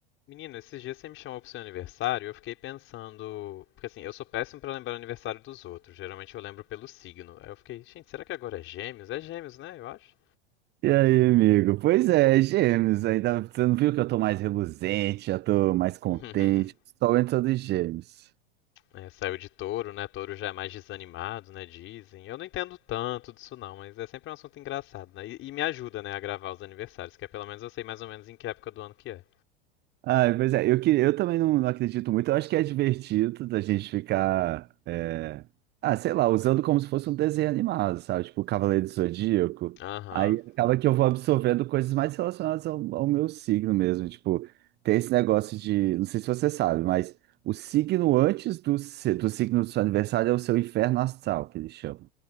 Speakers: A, on the left; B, on the right.
A: Menino, esses dias você me chamou pro seu aniversário, e eu fiquei pensando, porque assim, eu sou péssimo pra lembrar o aniversário dos outros. Geralmente eu lembro pelo signo. Aí eu fiquei, gente, será que agora é Gêmeos? É Gêmeos, né? Eu acho.
B: E aí, amigo? Pois é, gêmeos. Ainda você não viu que eu tô mais reluzente, já tô mais contente.
A: <laughs>
B: Só entra dos gêmeos.
A: É, saiu de touro, né? Touro já é mais desanimado, né? Dizem. Eu não entendo tanto disso não, mas é sempre um assunto engraçado, né? E, e me ajuda, né, a gravar os aniversários, que é pelo menos eu sei mais ou menos em que época do ano que é.
B: Ah, pois é, eu, que- eu também não, não acredito muito. Eu acho que é divertido da gente ficar, é, ah, sei lá, usando como se fosse um desenho animado, sabe? Tipo Cavaleiro do Zodíaco.
A: Aham.
B: Aí acaba que eu vou absorvendo coisas mais relacionadas ao, ao meu signo mesmo. Tipo, tem esse negócio de, não sei se você sabe, mas o signo antes do, se- do signo do seu aniversário é o seu inferno astral, que eles chamam.